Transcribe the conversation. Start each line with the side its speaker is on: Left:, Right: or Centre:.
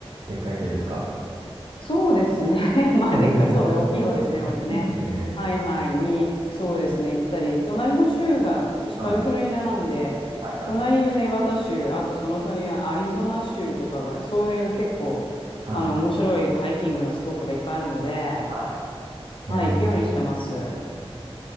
Right: でっかい系ですか。
Left: そうですね。
Right: <laughs>
Left: <laughs> まあ、でかそうね、大きい方ですね、割とね。はいはい、
Right: ええ
Left: に、そうですね、行ったり、隣の州が、私カリフォルニアなんで、
Right: はい。はいはい。
Left: 隣のネバダ州、あとその隣のアリゾナ州とかが、そういう結構、
Right: はい。
Left: あの、面白いハイキングのスポットがいっぱいあるので、
Right: はい。へえ、
Left: はい、行くようにしてます。う